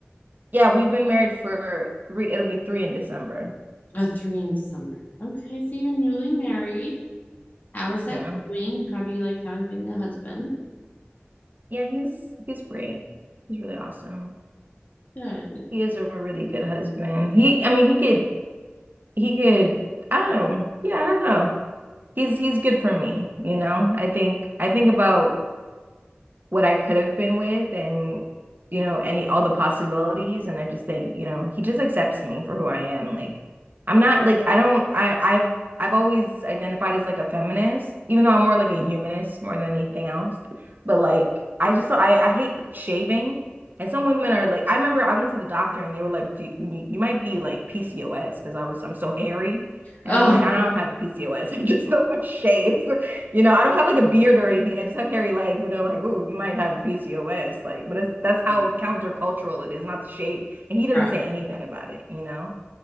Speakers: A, on the right; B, on the left.
A: Yeah, we've been married for three, it'll be three in December.
B: A three in December. Okay, so you're newly married. How is that
A: Yeah.
B: going? How do you like having a husband?
A: Yeah, he's he's great. He's really awesome.
B: Good.
A: He is a really good husband. He, I mean, he could he could I don't know. Yeah, I don't know. he's he's good for me, you know. I think I think about what I could have been with and you know any all the possibilities and I just think you know he just accepts me for who I am like I'm not like I don't I I've I've always identified as like a feminist even though I'm more like a humanist more than anything else but like I just I I hate shaving and some women are like I remember I went to the doctor and they were like Do, you, you might be like PCOS because I was I'm so hairy
B: Oh,
A: and I'm like I don't have PCOS <laughs> I just don't shave you know, I don't have like a beard or anything. I just have hairy legs, and they're like, "Oh, you might have PCOS." Like, but it's, that's how
B: <laughs>
A: countercultural it is, not to shade. And he doesn't
B: right.
A: say anything about it. You know,